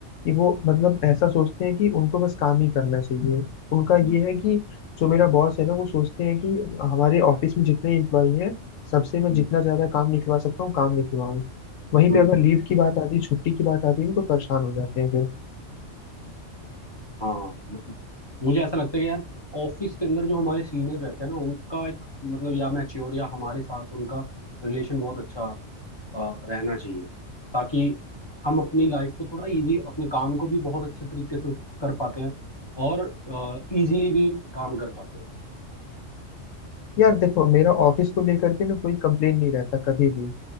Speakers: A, on the left; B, on the left.
A: कि वो मतलब ऐसा सोचते हैं कि उनको बस काम ही करना चाहिए उनका ये
B: हम्म
A: है कि जो मेरा बॉस है ना वो सोचते हैं कि हमारे ऑफिस में जितने एम्प्लॉई हैं सबसे मैं
B: हम्म
A: जितना ज्यादा काम निकलवा सकता हूँ काम निकलवाऊँ वहीं
B: हम्म,
A: पे अगर लीव की बात आती है छुट्टी की बात आती है ना तो परेशान हो जाते हैं
B: हाँ मतलब मुझे ऐसा लगता है कि यार ऑफिस के अंदर जो हमारे सीनियर रहते हैं ना उनका एक मतलब या मैच्योर या हमारे साथ उनका रिलेशन बहुत अच्छा अ, रहना चाहिए ताकि हम अपनी लाइफ को थोड़ा इजी अपने काम को भी बहुत अच्छे तरीके से कर पाते हैं और इजीली भी काम कर पाते हैं
A: यार देखो मेरा ऑफिस को लेकर के ना कोई कंप्लेन नहीं रहता कभी भी